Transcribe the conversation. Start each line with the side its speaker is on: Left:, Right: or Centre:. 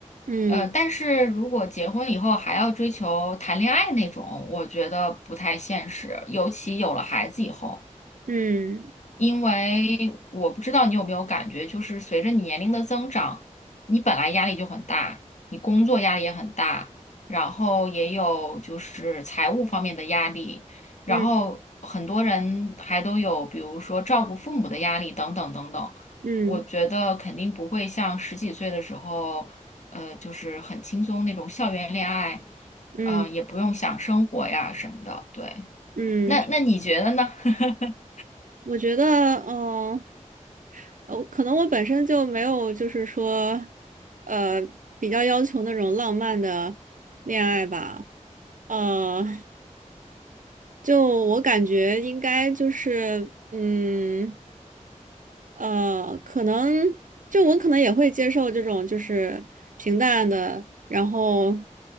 Right: 嗯
Left: 呃，但是如果结婚以后还要追求谈恋爱那种，我觉得不太现实，尤其有了孩子以后。
Right: 嗯
Left: 因为我不知道你有没有感觉，就是随着你年龄的增长，你本来压力就很大，你工作压力也很大，然后也有就是财务方面的压力，然后很多人还都有，
Right: 嗯
Left: 比如说照顾父母的压力等等等等。
Right: 嗯。
Left: 我觉得肯定不会像十几岁的时候，呃，就是很轻松那种校园恋爱，
Right: 嗯
Left: 啊、也不用想生活呀什么的。对，
Right: 嗯，
Left: 那那你觉得呢？<laughs>
Right: 我觉得，嗯，呃我可能我本身就没有，就是说，呃，比较要求那种浪漫的恋爱吧，呃，就我感觉应该就是，嗯。呃，可能就我可能也会接受这种就是平淡的，然后，